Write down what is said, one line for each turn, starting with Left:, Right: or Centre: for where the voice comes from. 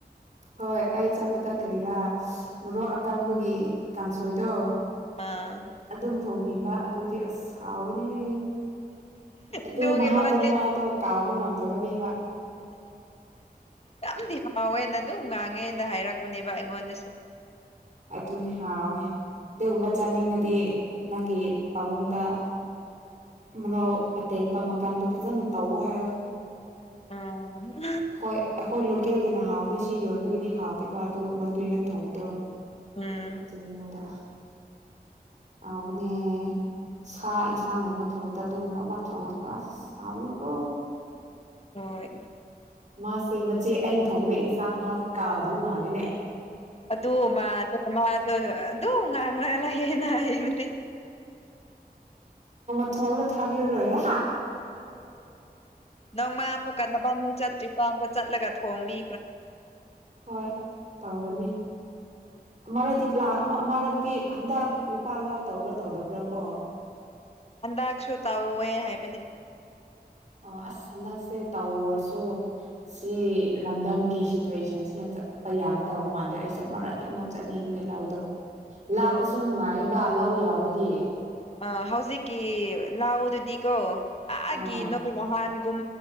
Right: ꯍꯣꯏ ꯑꯩ ꯆꯠꯄꯗ ꯀ꯭ꯔꯤꯔꯥ ꯃꯔꯣꯛ ꯑꯀꯪꯕꯒꯤ ꯀꯥꯡꯁꯣꯏꯗꯣ
Left: ꯑꯥ
Right: ꯑꯗꯨꯝ ꯊꯣꯡꯕꯤꯕ ꯑꯗꯨꯗꯤ ꯑꯁ ꯁꯥꯎꯕꯅꯦꯍꯦ ꯑꯗꯨ
Left: ꯑꯗꯨꯒꯤ
Right: ꯃꯍꯥꯛꯗꯣ
Left: ꯃꯥꯅꯦ
Right: ꯃꯥꯗꯣ ꯀꯥꯎꯕ ꯉꯝ ꯅꯅꯦꯕ
Left: ꯌꯥꯝꯗꯤ ꯍꯥꯎꯋꯦꯅ ꯑꯗꯨꯝ ꯉꯥꯡꯉꯦꯅ ꯍꯥꯏꯔꯛꯄꯅꯦꯕ ꯥꯏꯉꯟꯅ
Right: ꯇꯨꯅꯤ ꯍꯥꯎꯅꯦ ꯑꯗꯨꯒꯨꯝꯕ ꯆꯥꯅꯤꯡꯉꯗꯤ ꯅꯪꯒꯤ ꯄꯥꯕꯨꯡꯗ ꯃꯔꯣ ꯑꯇꯦꯛꯄ ꯃꯥꯡꯗꯣ ꯐꯖꯅ ꯇꯧꯋ ꯍꯥꯏꯌꯣ
Left: ꯎꯝ
Right: ꯍꯣꯏ ꯑꯩꯈꯣꯏ ꯂꯣꯀꯦꯜꯒꯤꯅ ꯍꯥꯎꯕꯅꯦ ꯁꯤ ꯌꯣꯟꯕꯒꯤꯗꯤ ꯍꯥꯎꯇꯦꯕ ꯑꯗꯣ ꯒꯟꯗꯏꯒꯟ ꯐꯣꯡꯗꯣ
Left: ꯎꯝ
Right: ꯑꯗꯨꯗ ꯑꯕꯅꯦ ꯁꯥ ꯌꯦꯟꯁꯥꯡꯒꯨꯝꯕ ꯊꯣꯡꯕꯗ ꯑꯗꯨꯒꯨꯝꯕ ꯑꯃ ꯊꯣꯡꯉꯗꯤꯀꯣ ꯑꯁ ꯁꯥꯎꯅꯤꯀꯣ
Left: ꯍꯣꯏ
Right: ꯃꯥꯁꯦ ꯃꯆꯦ ꯑꯩꯅ ꯊꯣꯡꯕ ꯏꯟꯁꯥꯡ ꯃꯥꯁꯦ ꯀꯥꯎꯗꯕ ꯃꯥꯜꯂꯦꯅꯦ
Left: ꯑꯗꯨ ꯑꯗꯨ ꯃꯥꯗ ꯃꯥ ꯑꯗꯨ ꯑꯗꯨ ꯑꯗꯨ ꯉꯥꯡꯥꯡꯥꯂ ꯀꯅꯑ ꯑꯣꯅꯤ
Right: ꯄꯊ ꯀꯊꯕꯤ ꯑꯣꯏꯔꯦ
Left: ꯅꯪ ꯃꯥ ꯑꯃꯨꯛ ꯀꯟꯅꯕꯅꯤ ꯆꯠꯇ꯭ꯔꯤꯀꯥꯟꯗ ꯆꯠꯂꯒ ꯊꯣꯡꯝꯕꯤ
Right: ꯍꯣꯏ ꯇꯧꯒꯅꯤ ꯑꯃꯔꯣꯗꯤ ꯂ ꯑꯃ ꯇꯤ ꯍꯟꯗꯛ ꯅꯨꯨꯄꯥ ꯂꯥꯎ ꯇꯧꯕ꯭ꯔꯥ ꯇꯧꯗꯕ꯭ꯔꯥ ꯀꯣ
Left: ꯑꯟꯗꯒꯁꯨ ꯇꯥꯑꯣꯋ ꯍꯥꯏꯕꯅꯤ
Right: ꯑꯣ ꯑꯁ ꯍꯟꯗꯛꯁꯦ ꯇꯧꯔꯁꯨ ꯁꯤ ꯂꯝꯗꯝꯒꯤ ꯁꯤꯆꯨꯋꯦꯁꯟꯁꯤꯅ ꯆꯠꯄ ꯌꯥꯒꯗꯧ ꯃꯥꯟꯗ꯭ꯔꯦ ꯑꯩꯁꯨ ꯃꯔꯥꯇꯦ ꯑꯃꯐꯥꯎ ꯆꯠꯅꯤꯡꯗꯦ ꯂꯗꯣ ꯂꯥꯞꯄꯁꯨ
Left: ꯑ
Right: ꯅꯨꯡꯉꯥꯏꯔꯦꯕ ꯂꯥꯎ ꯌꯥꯎꯔꯗꯤ
Left: ꯑ ꯍꯧꯖꯤꯛꯀꯤ ꯂꯥꯎꯗꯨꯗꯤ ꯀꯣ ꯑꯥꯒꯤ
Right: ꯑꯥ
Left: ꯅꯣꯏ ꯅꯍꯥꯟꯒꯨꯝ